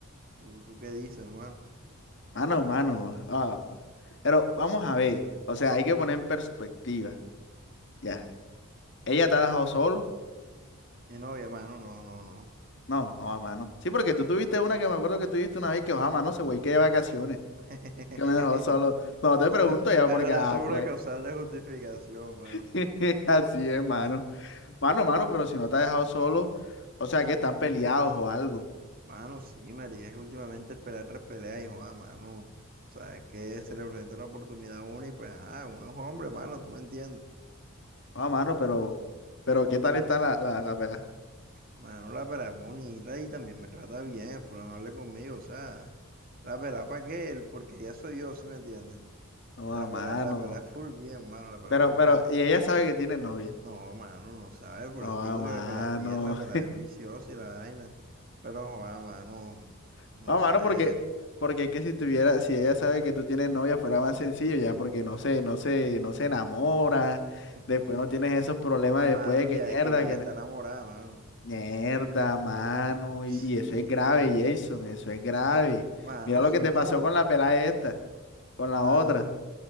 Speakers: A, on the right; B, on the left.
A: ¿tú, tú qué dices, mano?
B: mano, mano. ah, bueno. pero vamos a ver, o sea, hay que poner en perspectiva, ya. ¿Ella te ha dejado solo?
A: Mi novia, mano, no, no, no.
B: No, oh, mano. Sí, porque tú tuviste una que me acuerdo que tuviste una vez que, oh, mano, se güey que de vacaciones,
A: <laughs>
B: que me dejó solo. No, no te
A: Eso,
B: pregunto ya
A: ahora,
B: porque, ah,
A: eso es
B: pues,
A: una causal de justificación, mano.
B: <laughs> así es, mano. Mano, mano, pero si no te ha dejado solo, o sea, que están peleados o algo.
A: Mano, sí, marica, es que últimamente esperar tres peleas y joda, mano, sabes que se le presenta la oportunidad a uno y pues, ajá, uno es hombre, mano, tú me entiendes.
B: Oh, mano, pero, pero, ¿qué tal está la, la, la pelada?
A: Mano, la pera es bonita y también me trata bien, full amable conmigo, o sea, la pera para qué, el porquería soy yo, ¿sí me entiendes?
B: Oh,
A: La
B: a
A: pera,
B: mano.
A: la pera es full bien, mano, la pera
B: Pero,
A: es full
B: pero,
A: bien.
B: y ella sabe que tiene novia.
A: No, mano, no sabes, por
B: Oh,
A: eso te digo que
B: a
A: la pera es bien,
B: mano.
A: la pera es juiciosa y la vaina, pero joder, mano,
B: <laughs>
A: no
B: no a
A: sé.
B: mano, porque, porque es que si tuviera, si ella sabe que tú tienes novia, fuera más sencillo ya, porque no se, no se, no se enamora.
A: <laughs>
B: Después no tienes esos problemas
A: Mano,
B: después de
A: el viaje
B: que mierda,
A: es que ella
B: que
A: ya está
B: la-
A: enamorada, mano.
B: mierda, mano.
A: Sí,
B: Y, y eso es grave, Jason, eso es grave.
A: mano,
B: Mira lo
A: sí,
B: que te
A: pero,
B: pasó con la pelada esta, con la
A: mano.
B: otra.